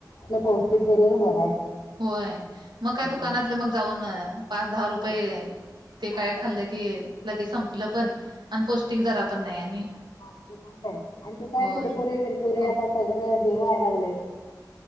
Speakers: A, on the left (about 75°); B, on the right (about 90°).
A: पौष्टिक ग दिल्या ना बरं आहे.
B: होय मग काय
A: हम्म.
B: दुकानातले मग जाऊन पाच दहा रुपये
A: आणि
B: ते काय
A: आणि त्याच्यात
B: खाल्लं के लगे संपलं पण आणि पौष्टिक जरा पण नाही आणि
A: ते खूप आहे आणि ते काय
B: होय
A: कुरकुर वगैरे कोरे
B: कुर
A: आता सगळं हे व्हाय लागलंय.